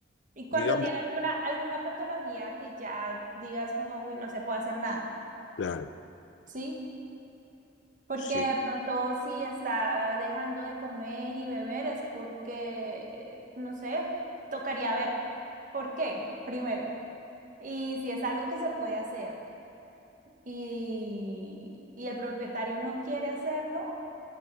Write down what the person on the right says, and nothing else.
y cuando
tiene alguna alguna patología que ya digas como, uy, no se puede hacer nada,
¿sí? Porque
de pronto si está dejando de comer y beber es porque, no sé, tocaría ver por qué primero. Y si es algo que se puede hacer y, y el propietario no quiere hacerlo,